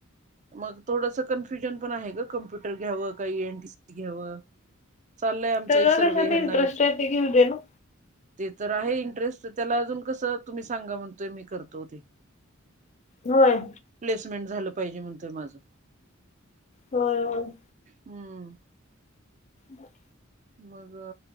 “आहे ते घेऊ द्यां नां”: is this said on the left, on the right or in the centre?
Left